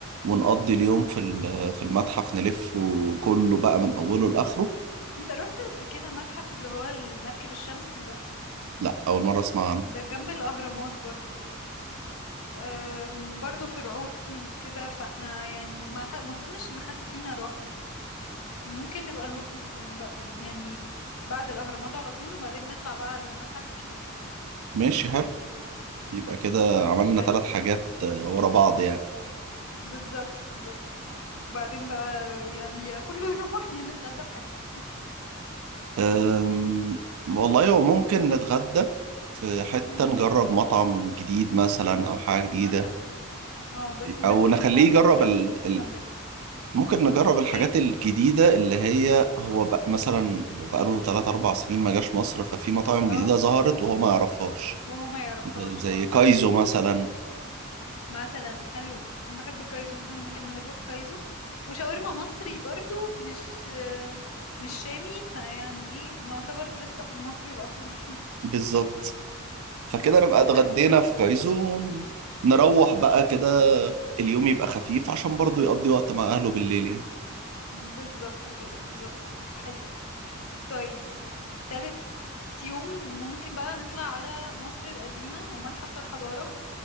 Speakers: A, on the right; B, on the left.
A: ونقضي اليوم في ال- في المتحف نلفه كله بقى من أوله لآخره
B: انت رحت قبل كده متحف اللي هو المركب الشمسي ده
A: لا أول مرة أسمع عنه
B: ده جنب الأهرامات برضو أم، برضو فرعوني وكده فاحنا يعني ما ح... ما اظنش ان حد فينا راحه فممكن نبقى نروحه في... ب- يعني بعد الأهرامات على طول وبعدين نطلع بقى على المتحف الكبير
A: ماشي حلو يبقى كده عملنا
B: حلو
A: ثلاث حاجات آه، ورا بعض يعني
B: بالظبط بالظبط وبعدين بقى يعني يا كله يروح يا نتغدى في حتة
A: أم، والله هو ممكن نتغدى في حتة
B: امم
A: نجرب مطعم جديد مثلا أو حاجة جديدة
B: مثلا اه بس محتاجين
A: أو نخليه
B: بقى ندور
A: يجرب ال...
B: ايه اللي
A: ال...
B: جنبنا
A: ممكن نجرب الحاجات
B: ايه
A: الجديدة اللي هي هو بق... مثلا بقاله 3 4 سنين ما جاش مصر ففي مطاعم
B: اه
A: جديدة ظهرت وهو ما يعرفهاش
B: وهو ما يعرفهاش
A: زي زي
B: اه صح
A: كايزو مثلا
B: مثلا حلو انا بحب كايزو فاحنا ممكن نروح كايزو وشاورما مصري برضو مش مش شامي فيعني ايه نعتبر لسه في المصري الاصيل <laughs>
A: بالظبط فكده
B: طيب
A: نبقى اتغدينا
B: حلو
A: في كايزون نروح بقى كده اليوم يبقى خفيف عشان برضو يقضي وقت مع أهله بالليل يعني
B: بالظبط كده بالظبط حلو طيب تالت يوم ممكن بقى نطلع على مصر القديمة ومتحف الحضارة